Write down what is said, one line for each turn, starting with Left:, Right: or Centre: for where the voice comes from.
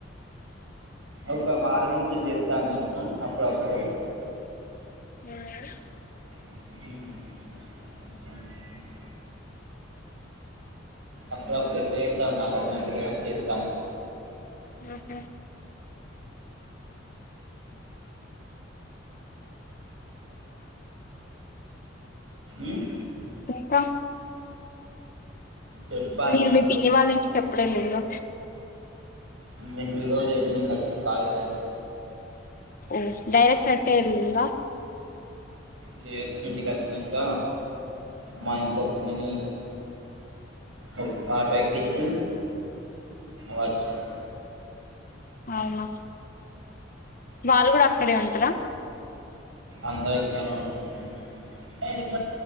Right: ఒక వారం నుంచి చెప్తాను అనుకో అప్పుడప్పుడు
Left: ఉమ్
Right: అ అప్పుడప్పుడు ఎట్ట చెత్తా నాకర్థమై తె గాని చేత్తా
Left: ఆహా
Right: ఉమ్,
Left: ఇంక
Right: చెప్పాలి
Left: మీరు మీ పిన్ని వాళ్ళంటికి చెప్పుడేల్లేలో
Right: నేను ఈ రోజు ఈవినింగ్ కలిసాం కాళ వచ్చి
Left: మ్ డైరెక్ట్ రట్టే ఎర్లిల్ల
Right: లేద్ ఇంటి కొచ్చి నాంక మ ఇంకో పిన్నిని ఓక్ ఆటో ఎక్కించి వచ్చినాం
Left: అవున వాళ్ళు కూడ అక్కడే ఉంటార
Right: అందరు ఒకతానె ఉంటరు